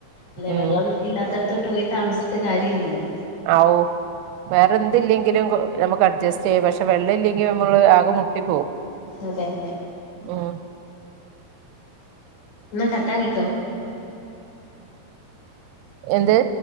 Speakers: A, on the left; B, on the right.
A: അല്ലെ
B: ഉം
A: വെള്ളം ഇല്ലാത്തോട്ത്ത്ട്ട് പോയി താമസിച്ചിട്ട് കാര്യമില്ലല്ലോ
B: അവു വേറെ എന്തില്ലെങ്കിലും നമ്മക്കഡ്ജസ്റ്റെയ്യാ പക്ഷെ വെള്ളല്ലെങ്കില് നമ്മള് ആകെ മുട്ടി പോവും.
A: അതെ അതെ.
B: ആഹ്
A: ന്നാ കട്ടാകിക്ക്യോ
B: എന്ത്?